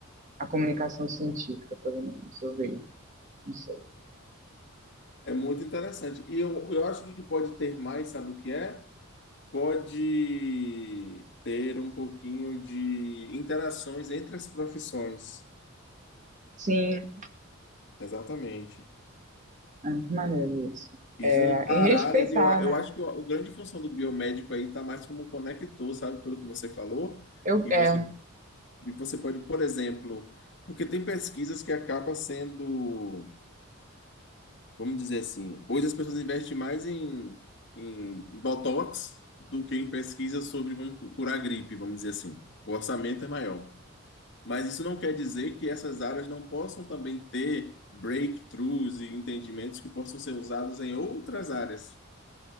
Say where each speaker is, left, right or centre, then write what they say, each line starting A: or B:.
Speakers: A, on the right; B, on the left.
A: a comunicação científica, pelo menos, eu vejo. Não sei.
B: É muito interessante. E eu, eu acho que o que pode ter mais, sabe o que é? Pode ter um pouquinho de interações entre as profissões.
A: Sim,
B: Exatamente.
A: é muito maneiro isso.
B: E
A: É,
B: juntar
A: e respeitar,
B: áreas. Eu, a-
A: né?
B: eu acho que o- a grande função do biomédico aí está mais como um conector, sabe? Pelo que você falou.
A: Eu,
B: E
A: é.
B: você, e você pode, por exemplo, porque tem pesquisas que acaba sendo vamos dizer assim, hoje as pessoas investem mais em, em Botox do que em pesquisa sobre como curar gripe, vamos dizer assim. O orçamento é maior. Mas isso não quer dizer que essas áreas não possam também ter breakthroughs e entendimentos que possam ser usados em outras áreas.